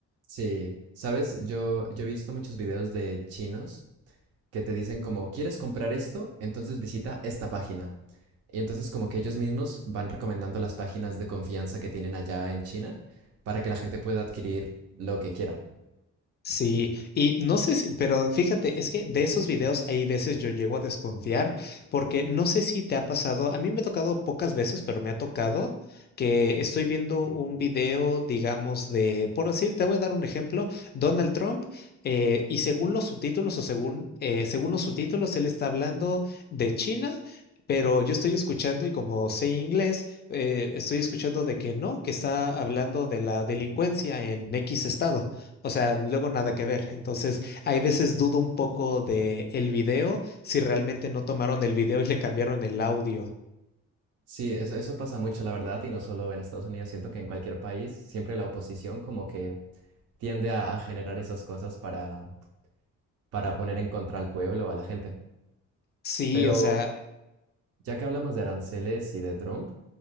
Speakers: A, on the right (about 55°); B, on the left (about 35°).
A: Sí, sabes, yo, yo he visto muchos videos de chinos que te dicen como, ¿quieres comprar esto? Entonces visita esta página. Y entonces como que ellos mismos van recomendando las páginas de confianza que tienen allá en China para que la gente pueda adquirir lo que quiera.
B: Sí, y no sé si, pero fíjate, es que de esos videos hay veces yo llego a desconfiar porque no sé si te ha pasado, a mí me ha tocado pocas veces, pero me ha tocado que estoy viendo un video, digamos, de, por decir, te voy a dar un ejemplo, Donald Trump, eh, y según los subtítulos o según, eh, según los subtítulos, él está hablando de China. Pero yo estoy escuchando y como sé inglés, eh, estoy escuchando de que no, que está hablando de la delincuencia en X estado. O sea, luego nada que ver. Entonces, hay veces dudo un poco de el video, si realmente no tomaron el video y le cambiaron el audio.
A: Sí, eso, eso pasa mucho, la verdad, y no solo en Estados Unidos, siento que en cualquier país siempre la oposición como que tiende a, a generar esas cosas para, para poner en contra al pueblo o a la gente.
B: Sí,
A: Pero
B: o sea,
A: ya que hablamos de aranceles y de Trump,